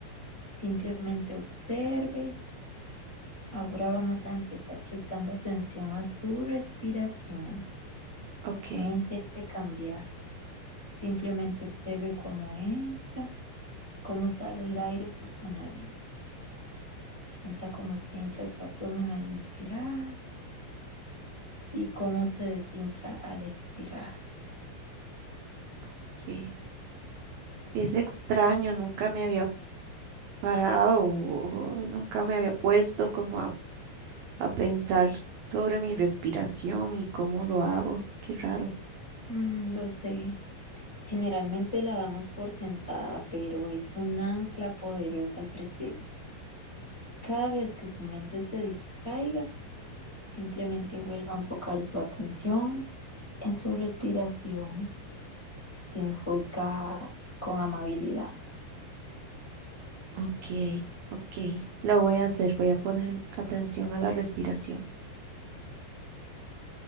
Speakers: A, on the left; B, on the right.
A: simplemente observe. Ahora vamos a empezar prestando atención a su respiración.
B: Ok,
A: No intente cambiarla, simplemente observe cómo entra y cómo sale el aire por su nariz. Sienta cómo se infla su abdomen al inspirar y cómo se desinfla al expirar.
B: ok. Es extraño, nunca me había parado o o nunca me había puesto como a, a pensar sobre mi respiración y cómo lo hago. Qué raro.
A: Mm, lo sé, generalmente la damos por sentada, pero es un ancla poderosa al presente. Cada vez que su mente se distraiga, simplemente vuelva a enfocar su atención en su respiración, sin juzgarse, con amabilidad.
B: Ok, ok. Lo voy a hacer, voy a poner atención a la respiración.